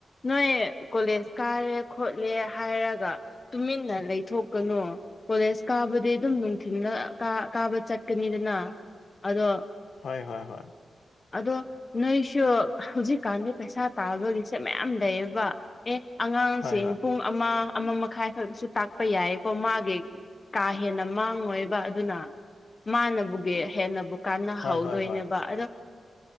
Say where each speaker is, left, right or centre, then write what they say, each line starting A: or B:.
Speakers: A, on the left; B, on the left.
A: ꯅꯣꯏ ꯀꯣꯂꯦꯖ ꯀꯥꯔꯦ ꯈꯣꯠꯂꯦ ꯍꯥꯏꯔꯒ ꯇꯨꯃꯤꯟꯅ ꯂꯩꯊꯣꯛꯀꯅꯨ꯫ ꯀꯣꯂꯦꯖ ꯀꯥꯕꯗꯤ ꯑꯗꯨꯝ ꯅꯨꯡꯊꯤꯜꯗ ꯀꯥꯕ ꯆꯠꯀꯅꯤꯗꯅ ꯑꯗꯣ꯫
B: ꯍꯣꯏ ꯍꯣꯏ ꯍꯣꯏ꯫
A: ꯑꯗꯣ ꯅꯣꯏꯁꯨ ꯍꯧꯖꯤꯛꯀꯥꯟꯗꯤ ꯄꯩꯁꯥ ꯇꯥꯟꯕꯒꯤꯁꯦ ꯃꯌꯥꯝ ꯂꯩꯌꯦꯕ ꯑꯦ꯫ ꯑꯉꯥꯡꯁꯤꯡ
B: ꯍꯣꯏ ꯍꯣꯏ
A: ꯄꯨꯡ ꯑꯃ ꯑꯃ ꯃꯈꯥꯏ ꯈꯛꯁꯨ ꯇꯥꯛꯄ ꯌꯥꯏꯀꯣ ꯃꯥꯒꯤ꯫ ꯀꯥ ꯍꯦꯟꯅ ꯃꯥꯡꯉꯣꯏꯕ ꯑꯗꯨꯅ ꯃꯥꯅꯕꯨꯒꯤ ꯍꯦꯟꯅꯕꯨ꯫ ꯀꯥꯟꯅ
B: ꯍꯣꯏ
A: ꯍꯧꯗꯣꯏꯅꯦꯕ
B: ꯍꯣꯏ ꯍꯣꯏ
A: ꯑꯗꯣ꯫